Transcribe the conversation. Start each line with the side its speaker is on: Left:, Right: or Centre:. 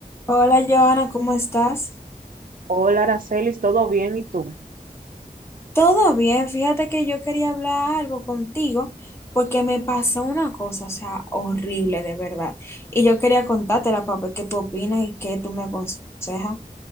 Left: Hola, Joana, ¿cómo estás?
Right: Hola, Aracelis, ¿todo bien? ¿Y tú?
Left: Todo bien, fíjate que yo quería hablar algo contigo porque me pasó una cosa, o sea, horrible de verdad. Y yo quería contártela para ver qué tú opinas y qué tú me aconsejas.